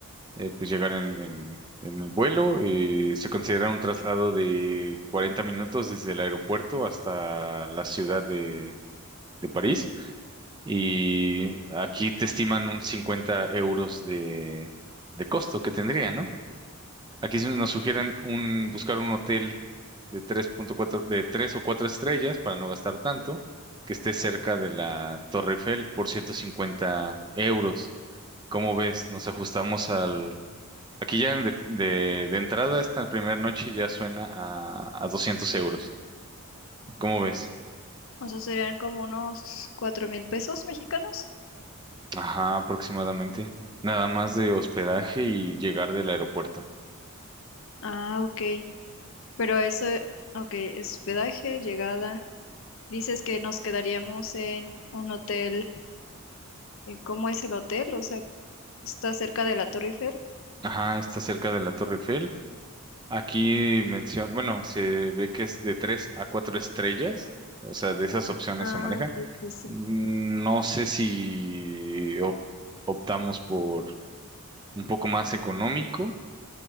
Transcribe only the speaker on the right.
eh, pues llegar en, en- en el vuelo. eh, se considera un traslado de 40 minutos desde el aeropuerto hasta la ciudad de, de París. Y aquí te estiman un 50 euros de, de costo que tendría, ¿no? Aquí se- nos sugieren un, buscar un hotel de tres punto cuatro de 3 o 4 estrellas para no gastar tanto, que esté cerca de la Torre Eiffel por 150 euros. ¿Cómo ves? ¿Nos ajustamos al Aquí ya de, de, de entrada esta primera noche ya suena a, a 200 euros. ¿Cómo ves?
Ajá, aproximadamente. Nada más de hospedaje y llegar del aeropuerto.
Ajá, está cerca de la Torre Eiffel. Aquí menciona, bueno, se ve que es de 3 a 4 estrellas. O sea, de esas opciones
se manejan.
Mm, No sé si op- optamos por un poco más económico